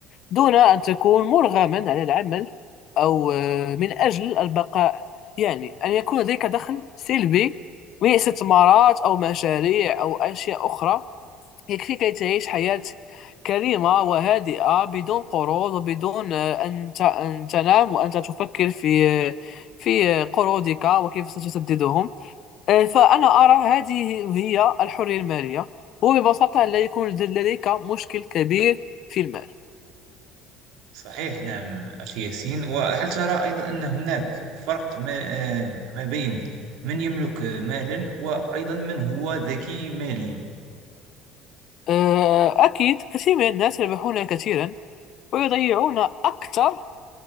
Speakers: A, on the left; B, on the right.
A: دون أن تكون مرغما على العمل أو آه، من أجل البقاء يعني أن يكون لديك دخل سلبي من استثمارات أو مشاريع أو أشياء أخرى يكفي كي تعيش حياة كريمة وهادئة بدون قروض وبدون آه، أن ت- أن تنام وأنت تفكر في آه، في آه، قروضك وكيف ستسددهم آه، فأنا أرى هذه هي الحرية المالية هو ببساطة لا يكون لديك مشكل كبير في المال
B: صحيح نعم أخي ياسين وهل ترى أيضا أن هناك فرق ما, آه، ما بين من يملك مالا وأيضا من هو ذكي ماليا
A: آه، أكيد كثير من الناس يربحون كثيرا ويضيعون أكثر